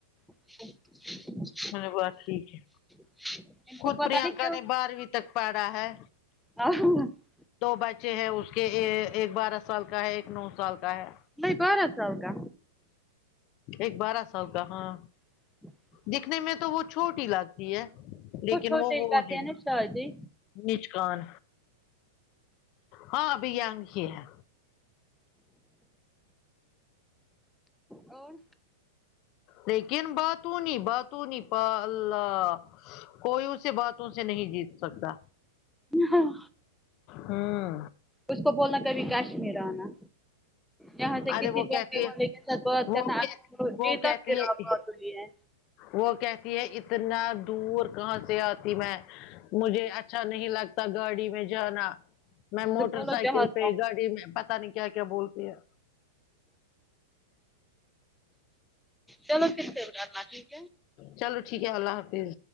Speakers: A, in the centre; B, on the left.
A: <inaudible>
B: میں نے بولا ٹھیک ہے
A: <inaudible>
B: خود پرینکا
A: نہیں کیوں
B: نے بارہویں تک پڑھا ہے
A: <unintelligible>
B: دو بچے ہیں اس کے ایک بارہ سال کا ہے ایک نو سال کا ہے
A: نہیں بارہ سال کا
B: ایک بارہ سال کا ہاں
A: <inaudible>
B: دکھنے میں تو وہ چھوٹی لگتی ہے لیکن
A: کچھ ہوتے
B: وہ وہ
A: ہی کہتے
B: ہے
A: ہیں نا شاہ جی
B: نچکان ہاں بھئینگ ہی ہے
A: اور
B: لیکن باتونی باتونی پ اللہ کوئی اس سے باتوں سے نہیں جیت سکتا
A: ہاں
B: ہاں
A: اس کو بولنا کبھی کشمیر آنا یہاں سے
B: ارے
A: کسی
B: وہ
A: بھی
B: کہتی
A: آنے والے
B: ہے
A: کے ساتھ بات
B: وہ
A: کرنا
B: کہ وہ کہتی
A: تک پھر
B: ہے
A: آ بات ہوئی ہے
B: وہ کہتی ہے اتنا دور کہاں سے آتی میں مجھے اچھا نہیں لگتا گاڑی میں جانا میں موٹر
A: تو بولو
B: سائیکل
A: جہاز
B: پہ
A: کا
B: گاڑی میں پتا نہیں کیا کیا بولتی ہے
A: چلو پھر کرنا جی <inaudible>
B: چلو ٹھیک ہے اللہ حافظ